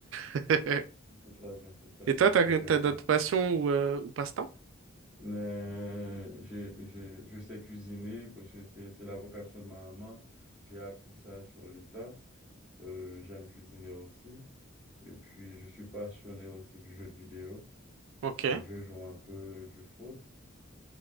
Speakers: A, on the right (about 70°); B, in the centre.
A: <laughs>
B: C'est très bien, c'est très
A: Et
B: bien,
A: toi, t'as,
B: c'est intéressant.
A: t'as d'autres passions ou, euh, ou passe-temps?
B: Euh, je, je, je sais cuisiner parce que c'est c'est la vocation de ma maman. J'ai appris ça sur l'État. Euh, j'aime cuisiner aussi. Et puis, je suis passionné aussi du jeu de vidéo.
A: Ok.
B: Euh, je joue un peu du foot,